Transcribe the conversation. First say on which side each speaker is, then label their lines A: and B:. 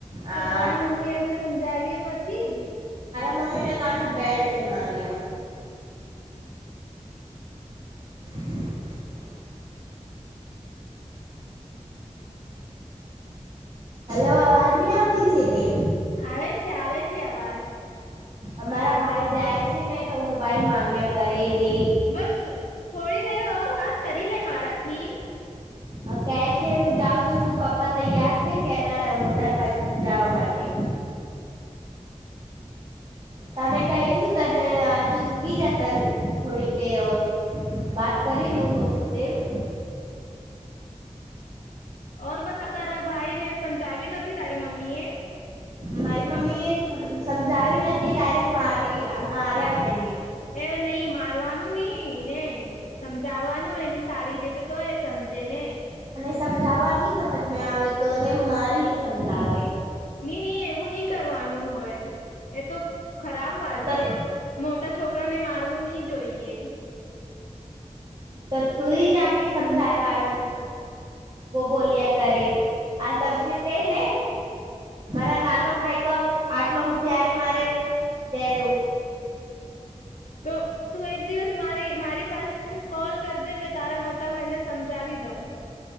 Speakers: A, on the left; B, on the right.
A: તો
B: આ
A: તારી મમ્મી એને સમજાવ્યું નથી.
B: મમ્મી ક ના બેલ્ટ સ માારિયા <inaudible> હલો અવાજ નઈ આવતી છે કે.
A: આવે છે આવે છે અવાજ
B: અમારા ભાઈ જાય છે ને તો મોબાઈલ મામાંગ્યા કરે. દે
A: બસ થોડી દેર વાત કરી લે મારા થી.
B: હ કે છે હું જાઉં છું પપ્પા તૈયાર થઇ ગયા એના હોટલ પર જવા માટે. તમે કહી છું તને આજુ રુકી જ ત થોડીક દેર ઓર વાત કરેલું તો હું દેવ છું.
A: <inaudible> બધા તારા ભાઈ ને સમજાવ્યું નથી તારી મમ્મી એ.
B: મારી મમ્મી એ સમજાવી નથી ડાયરેક્ટ મારી માર્યા <unintelligible>
A: એ નહી મારવાનું. <unintelligible> ને સમજાવવાનું એની સારી રીત તો એ સમજે ને.
B: સમજાવા નહી સમજ આવે તો એને મારીને સમજાવે.
A: નની નહી એવું નહી કરવાનું હોય એ તો ખરાબ વાત
B: તો
A: છે, મોટા છોકરા ને મારવું નહી જોઈએ.
B: તો તુંય જા કે સમજાય પાડવાનું. બો બોલ્યા કરે આ <inaudible> મારા નાનો ભાઈ તો આટલો હોશિયારી મારે જવું
A: તો તું એક દિવસ મારી મારી પાસે કોલ કરજે મે તારા મોટા ભાઈને સમજાવી દઉં.